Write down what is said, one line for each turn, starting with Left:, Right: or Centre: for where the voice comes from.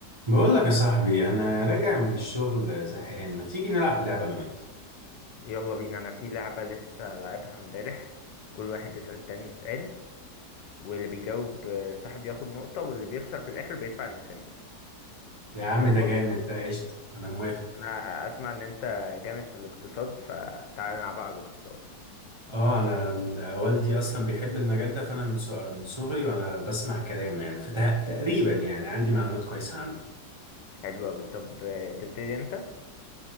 Right: بقول لك يا صاحبي انا راجع من الشغل زهقان ما تيجي نلعب لعبه انا وانت
Left: يلا بينا انا في لعبة لسه لعبها امبارح كل واحد بيسأل التاني سؤال واللي بيجاوب آه، صاحب ياخد نقطة واللي بيخسر في الاخر بيدفع المشاريع
Right: يا عم
Left: يلا
Right: ده جامد ده قشطه انا موافق
Left: انا اسمع ان انت جامد في الاقتصاد فتعال نلعب على الاقتصاد
Right: اه انا أنا والدي اصلا بيحب المجال ده فانا من ص- من صغري وانا بسمع كلامه يعني فتقريبا يعني عندي معلومات كويسه عنه
Left: حلو اوي طب آه، تبتدي انت